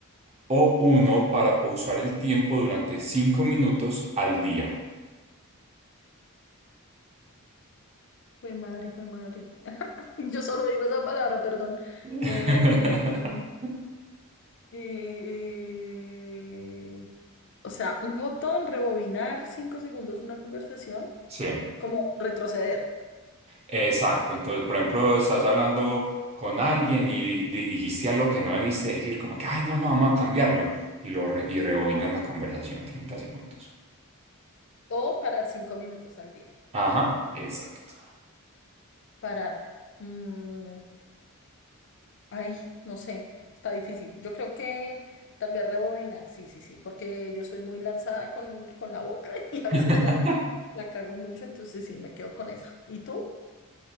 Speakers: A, on the right; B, on the left.
A: O uno para pausar el tiempo durante cinco minutos al día.
B: Jue madre, jue madre. <laughs> Yo solo digo esa palabra, perdón.
A: <laughs>
B: Em, Eh, eh, o sea, un botón, rebobinar cinco segundos una conversación,
A: Sí,
B: como retroceder
A: exacto. Entonces, por ejemplo, estás hablando con alguien y di- di- dijiste algo que no debiste decir, como que, ay, no, no, vamos a cambiarlo. Y, lo re- y rebobinas la conversación treinta segundos.
B: o parar cinco minutos al día.
A: Ajá, exacto.
B: Parar. Mm, Ay, no sé, está difícil. Yo creo que tal vez rebobinar, sí, sí, sí, porque yo soy muy lanzada con, con la boca <laughs> y a veces
A: <laughs>
B: la, la cago mucho, entonces sí, me quedo con eso. ¿Y tú?